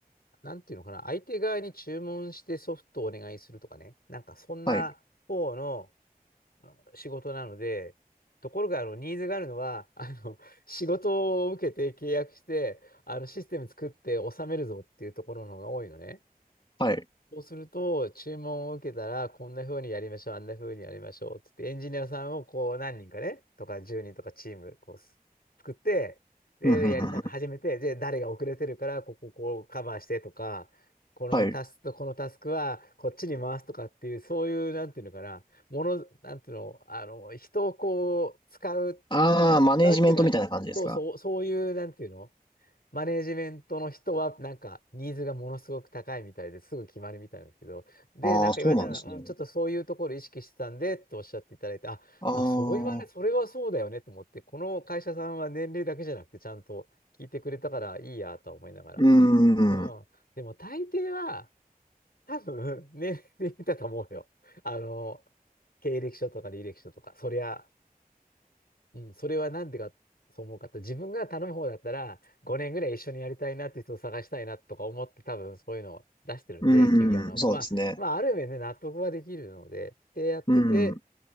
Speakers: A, on the left (about 80°); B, on the left (about 30°).
A: なんていうのかな、相手側に注文してソフトをお願いするとかね、なんかそんな方の
B: はい、
A: あ仕事なので、ところがあのニーズがあるのは、あの仕事を受けて契約して、あのシステム作って納めるぞっていうところの方が多いのね。
B: はい。
A: そうすると、注文を受けたら、こんな風にやりましょう、あんな風にやりましょう、つって、エンジニアさんをこう何人かね、とか10人とかチームこうす作って、で、
B: ふんふんふんふん。
A: でやりなんか始めて、で、誰が遅れてるから、こここうカバーしてとか、このタスクとこのタスクはこっちに回すとかっていう、
B: はい。
A: そういう、なんていうのかな、もの、なんていうの、あの、人をこう、使う、
B: ああ、マネージメントみたいな感じですか。
A: 使うっていうか、そうそう、そういう、なんていうの、マネージメントの人は、なんか、ニーズがものすごく高いみたいですぐ決まるみたいなんですけど、で、
B: ああ、
A: なんか言われたのは、
B: そうなんですね。
A: うん、ちょっとそういうところ意識してたんで、っておっしゃっていただいて、あ、
B: ああ、
A: まあ、そう言われ、それはそうだよねと思って、この会社さんは年齢だけじゃなくて、ちゃんと聞いてくれたからいいやとは思いながら。
B: うー
A: うん。
B: ん、う
A: でも、大抵は、多分、年齢だと思うよ。あの、経歴書とか履歴書とか、そりゃ、うん、それはなんでか、そう思うかって、自分が頼む方だったら、5年ぐらい一緒にやりたいなって人を探したいなとか思って、多分そういうのを出してるんで、
B: ーん、
A: 企業のも。
B: そうですね。
A: まあ、まあ、ある面ね、納得ができるので、で、やってて、
B: うん。